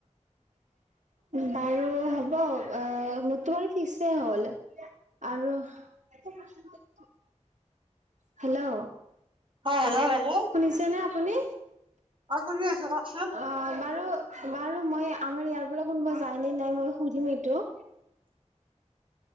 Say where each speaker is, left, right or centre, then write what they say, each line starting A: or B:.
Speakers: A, on the right; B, on the right.
A: বাৰু হ'ব অ' মোৰতো বাৰু ফিক্সে এ হ'ল আৰু <inaudible> হেল্ল'।
B: অ' হেল্ল, হেল্ল
A: শুনিছেনে আপুনি?
B: অ' শুনি আছোঁ কওক।
A: অ' বাৰু বাৰু মই আমাৰ ইয়াৰ পৰা কোনোবা যায়নে নাই মই সুধিম এইটো।